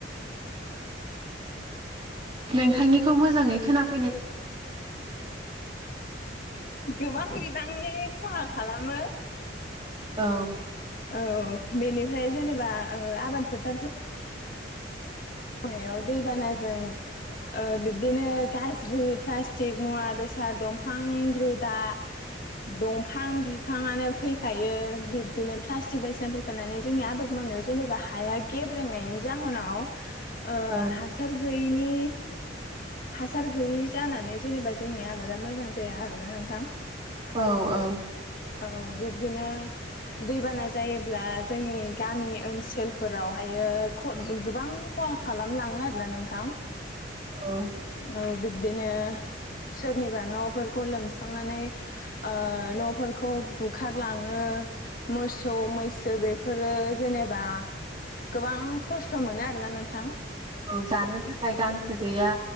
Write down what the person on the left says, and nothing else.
गोबां बिबांनि खहा खालामो।
औ बेनिफ्राय जेनेबा ओ आबाद फोथारफोर मावनायाव दैबानाजों ओ बिब्दिनो गाज्रि प्लास्टिक, मुवा बेसाद, दंफां रोदा, दंफां बिफाङानो फैफायो, बिबदिनो प्लास्टिक बायदिसिना फैफानानै जोंनि आबाद मावनाया जेनेबा हाया गेब्रेंनायनि जाहोनाव ओ
हासार गैयैनि हासार गैयि जानानै जेनेबा जोंनि आबादा मोजां जाया आरोना नोंथां।
औ बिबदिनो दैबाना जायोब्ला जोंनि गामि ओनसोलफोरावहायो ओ गोबां खहा खालामलाङो आरोना नोंथां।
ओ बिब्दिनो सोरनिबा न'फोरखौ लोमस्रावनानै ओ न'फोर खौ बुखारलाङो, मोसौ मैसो बेफोरो जेनेबा गोबां खस्थ' मोनो आरोना नोंथां।